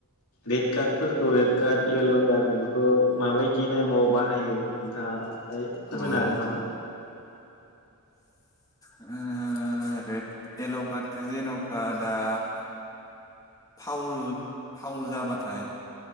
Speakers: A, on the left (about 75°); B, on the left (about 15°).
A: रेद काटफोरखौ कार्ड येल्ल कार्ड बेफोरखौ माबायदि टाइमाव बाहायो नोंथाङा फोरमायनो
B: अ ओ
A: हागोन नामा?
B: ओ रेद एल्ल कार्ड जेनबा दा <inaudible> फावल फावल जाबाथाय